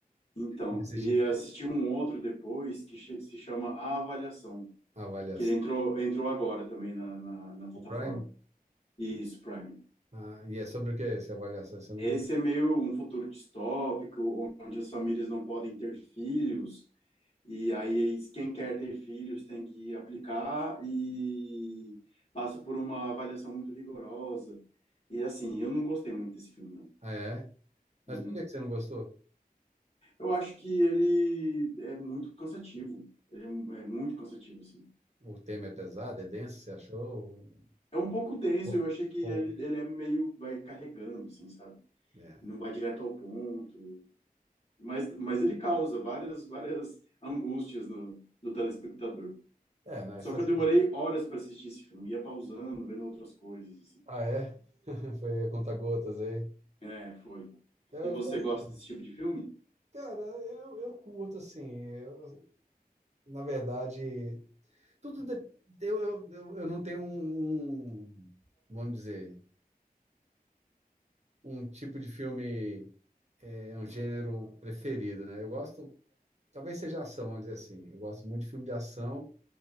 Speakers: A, on the left; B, on the right.
A: Então,
B: de assistir
A: e
B: filme.
A: assisti um outro depois que che- se chama A Avaliação,
B: avaliação
A: que ele entrou, entrou agora também na, na, na plataforma.
B: do Prime.
A: Isso, Prime.
B: Ah, e é sobre o que é essa avaliação? Você não...
A: Esse é meio um futuro distópico, onde as famílias não podem ter filhos, e aí quem quer ter filhos tem que aplicar e passa por uma avaliação muito rigorosa. E assim, eu não gostei muito desse filme, não.
B: Ah, é? Mas
A: Uhum.
B: por que que você não gostou?
A: Eu acho que ele é muito cansativo. Ele é, é muito cansativo, assim.
B: O tema é pesado, é denso, você achou?
A: É um pouco denso,
B: Ou,
A: eu achei que
B: ou-
A: ele, ele é meio, vai carregando, assim, sabe?
B: é.
A: Não vai direto ao ponto, mas, mas ele causa várias, várias angústias no, no telespectador.
B: É, não,
A: Só
B: essas...
A: que eu demorei horas para assistir esse filme, ia pausando, vendo outras coisas, assim.
B: Ah, é? <laughs> Foi a conta-gotas aí.
A: É, foi.
B: Eu
A: E você
B: faço...
A: gosta desse tipo de filme?
B: Cara, eu, eu curto, assim, eu, na verdade, tudo de- eu, eu, eu eu não tenho um, um, vamos dizer, um tipo de filme, é um gênero preferido, né? Eu gosto, talvez seja ação, vamos dizer assim, eu gosto muito de filme de ação,